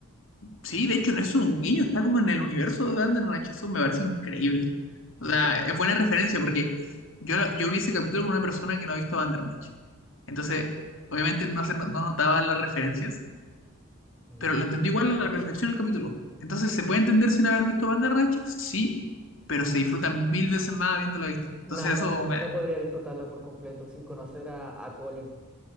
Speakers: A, on the left; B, in the centre.
A: Sí, de hecho, no es un guiño, está como en el universo de Bandersnatch, eso me parece increíble. O sea, es buena referencia porque yo, yo vi ese capítulo con una persona que no ha visto Bandersnatch. Entonces, obviamente no, se, no no notaba las referencias,
B: Mm.
A: pero lo entendí igual a la perfección el capítulo. Entonces, ¿se puede entender sin haber visto Bandersnatch? Sí, pero se disfruta mil veces más habiéndolo visto. Entonces,
B: Nah,
A: eso
B: no,
A: me...
B: no podría disfrutarla por completo sin conocer a, a Colin,